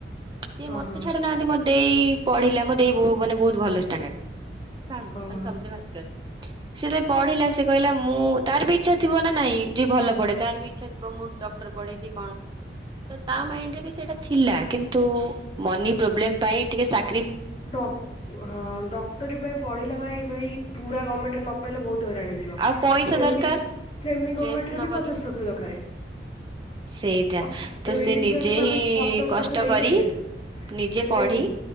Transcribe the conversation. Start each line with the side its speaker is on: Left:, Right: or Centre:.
Right: ସିଏ
Left: ହଁ
Right: ମତେ
Left: ହଁ
Right: ଛାଡୁନାହାନ୍ତି ମ ଦେଇ-ଇ-ଇ ପଢିଲା ମୋ ଦେଇ ବହୁ ମାନେ ବହୁତ ଭଲ ଷ୍ଟାଣ୍ଡାଡ୍ ସେ ଫାଷ୍ଟ
Left: ହଁ
Right: ମାନେ ସବୁଥିରେ ଭଲ ଫାଷ୍ଟ କ୍ଲାସ୍ ସେ ତେ ପଢିଲା ସେ କହିଲା ମୁଁ-ଉ-ଉ ତାର ବି ଇଚ୍ଛା ଥିବ ନା ନାଇଁ। ଯିଏ ଭଲ ପଢେ ତାର ବି ଇଚ୍ଛା ଥିବ ମୁଁ ଡକ୍ଟର ପଢେ କି କଣ ତ ତା ମାଇଣ୍ଡ ରେ ବି ସେଇଟା ଥିଲା କିନ୍ତୁ ମନି ପ୍ରୋବ୍ଲେମ ପାଇଁ ଟିକେ ସାକ୍
Left: ଡ଼ ହଁ ଡକ୍ଟରୀ ପାଇଁ ପଢିଲା ଭାଇ ଭାଇ ପୁରା ଗମେଣ୍ଟରେ ନ ପାଇଲେ ବହୁତ ହଇରାଣ ହେଇ ଯିବ
Right: ଆଉ ପଇସା
Left: ସେମି
Right: ଦରକାର
Left: ସେମି
Right: ଷ୍ଟ୍ରେସ
Left: ଗମେଣ୍ଟରେ
Right: ନବନି
Left: ବି ପଚାଶ ଲକ୍ଷ ଦରକାରେ।
Right: ସେଇଟା
Left: ଅଛ୍
Right: ତ
Left: ଏ ମିଡିଲ
Right: ସେ ନିଜେ
Left: କ୍ଲାସ ଫାମିଲି
Right: ହିଁ
Left: ପଚାଶ
Right: କଷ୍ଟ
Left: ଲକ୍ଷ ଦେଇପାରିବେ।
Right: କରି ନିଜେ
Left: ଦେବେ
Right: ପଢି
Left: କି?